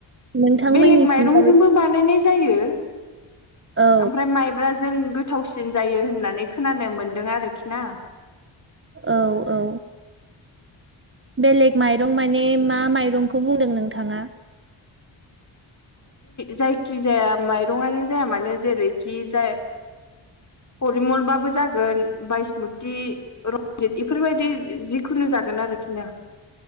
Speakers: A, on the right; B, on the left.
A: नोंथांमोननिथिंजाय
B: बेलेग माइरंजोंबो बानायनाय जायो
A: औ
B: ओमफ्राय माइब्राजों गोथावसिन जायो होननानै खोनानो मोन्दों आरोखि ना
A: औ औ बेलेग माइरं माने मा माइरंखौ बुंदों नोंथाङा
B: जायखि जाया माइरंङानो जाया मानो जेरैखि जाय फरिमलबाबो जागोन बायसमुति रनजित इफोरबायदि जिखुनु जागोन आरोखि ना